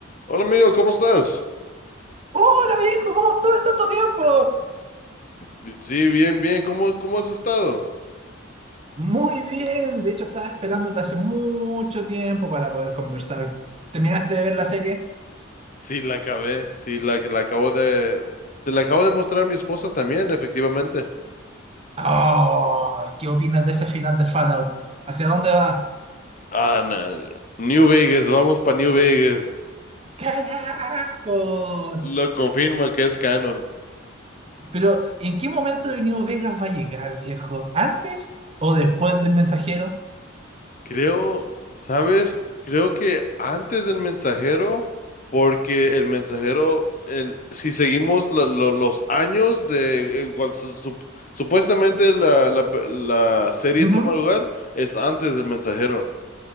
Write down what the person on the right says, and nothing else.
Hola viejo, ¿cómo estás? ¿Tanto tiempo?
Muy bien, de hecho estaba esperándote hace mucho tiempo para poder conversar. ¿Terminaste de ver la serie?
Oh, ¿qué opinas de ese final de Fallout? ¿Hacia dónde va?
¡Carajos!
Pero, ¿en qué momento de New Vegas va a llegar, viejo? ¿Antes o después del mensajero?
Ujú,